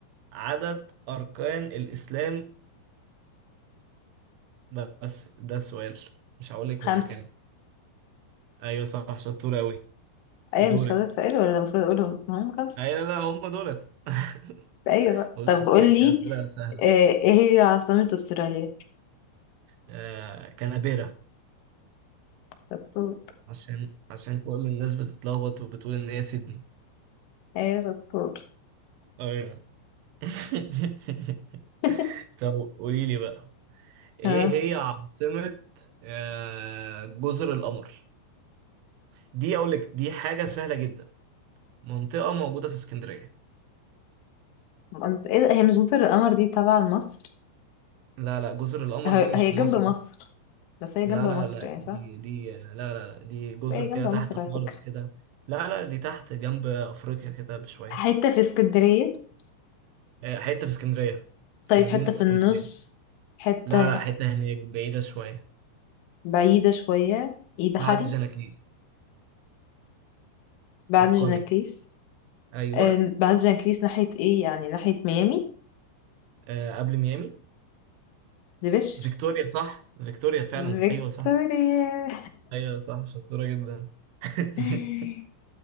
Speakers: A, on the right (about 80°); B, on the left (about 75°).
A: عدد اركان الاسلام بس ده السؤال مش هقول لك
B: خمسة
A: هما كام ايوه صح شطور قوي
B: ايوه
A: دورك
B: مش هذا السؤال ولا ده المفروض اقولهم هم خمسة
A: ايوه لا لا هما دولت <laughs>
B: ايوه بقى.
A: قلت
B: طب
A: اسالك
B: قول لي
A: اسئله سهله
B: آه، ايه هي عاصمة استراليا
A: آه كنابيرا
B: شطور
A: عشان عشان كل الناس بتتلخبط وبتقول ان هي سيدني
B: ايوه شطور
A: ايوه <laughs>
B: <laughs>
A: طب قولي لي بقى ايه
B: اه
A: هي عاصمة آه، جزر القمر دي اقول لك دي حاجة سهلة جدا منطقة موجودة في اسكندرية
B: انت ايه ده؟ هي مش جزر القمر دي تبع مصر
A: لا لا جزر القمر
B: هي
A: دي مش
B: هي
A: في
B: جنب
A: مصر
B: مصر
A: أصلا.
B: بس هي
A: لا
B: جنب مصر
A: لا لا
B: يعني
A: دي
B: صح
A: دي لا لا لا دي جزر
B: بس هي جنب
A: كده تحت
B: مصر
A: خالص
B: على فكرة
A: كده لا لا دي تحت جنب افريقيا كده بشوية
B: حتة في اسكندرية
A: آه، حتة في اسكندرية في
B: طيب
A: مدينة
B: حتة
A: اسكندرية
B: في النص حتة
A: لا لا حتة هناك بعيدة شوية
B: بعيدة شوية ايه بحري
A: بعد جاناكليس
B: بعد
A: فكري
B: جناكليس
A: ايوه
B: آه، بعد جناكليس ناحية ايه يعني ناحية ميامي
A: آه، قبل ميامي
B: دي بشر
A: فيكتوريا صح فيكتوريا فعلا
B: فيكتوريا
A: ايوه صح ايوه صح شطورة جدا <laughs>
B: <laughs>